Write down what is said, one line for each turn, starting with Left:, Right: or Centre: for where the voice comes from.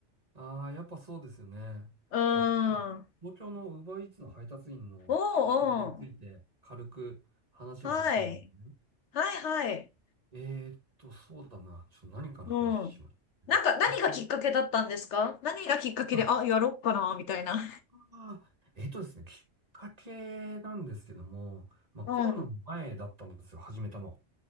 Right: ああ、やっぱそうですよね。
Left: うーん。
Right: じゃあ、ちょっと、東京の Uber Eats の配達員の実情について軽く話をさせてもらいますね。
Left: おうおう。はい。はいはい。
Right: えーっと、そうだな。ちょっと何から話しましょうね。
Left: うん。なんか何がきっかけだったんですか何がきっかけで、
Right: えっと、あ、
Left: あ、やろっかな、みたいな。
Right: あーえっとですね、きっかけなんですけども、まあコロナの前だったんですよ、
Left: うん。
Right: 始めたの。